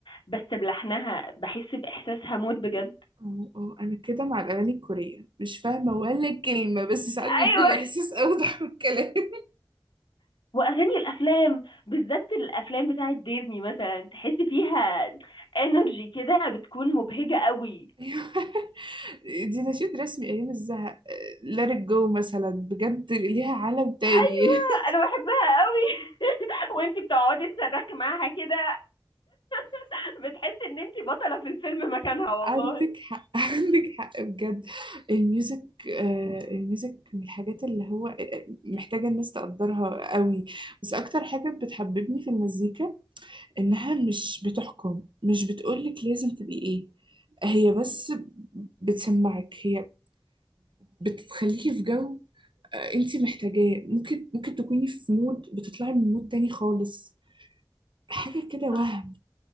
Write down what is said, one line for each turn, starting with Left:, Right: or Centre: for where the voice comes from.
Left: بس بلحنها بحس باحساسها موت بجد
Right: اه اه انا كده مع الاغاني الكوريه مش فاهمه ولا كلمه بس ساعات بيكون
Left: ايوه
Right: الاحساس اوضح من الكلام <laughs>
Left: واغاني الافلام بالذات الافلام بتاعه ديزني مثلا تحس فيها انرجي كده بتكون مبهجه قوي
Right: ايوه دي نشيد رسمي ايام الزهق ليت جو مثلا بجد ليها عالم تاني
Left: ايوه
Right: <laughs>
Left: انا بحبها قوي <laughs> وانتي بتقعدي تصرخي معاها كده <laughs> بتحسي ان انتي بطلة في الفيلم مكانها والله
Right: عندك حق عندك حق بجد الميوزك آه الميوزك من الحاجات اللي هو آه، محتاجة الناس تقدرها قوي بس أكتر حاجة بتحببني في المزيكا إنها مش بتحكم مش بتقولك لازم تبقي إيه هي بس بتسمعك هي بتخليكي في جو آه، انتي محتاجاه ممكن ممكن تكوني في مود بتطلعي من مود تاني خالص حاجة
Left: صح
Right: كده وهم
Left: صح